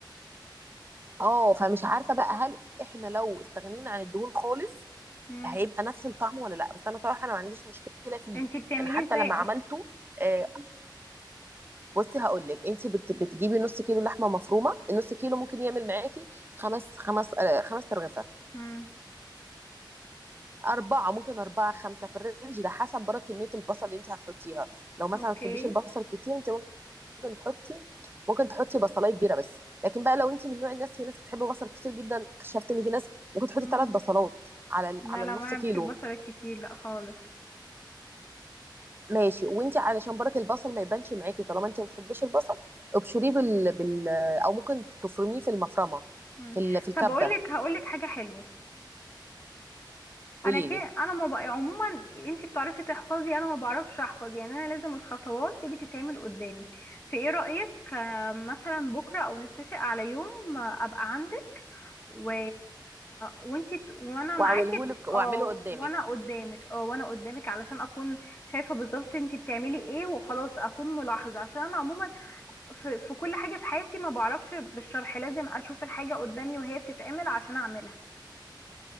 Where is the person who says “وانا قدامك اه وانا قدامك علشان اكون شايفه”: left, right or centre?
Left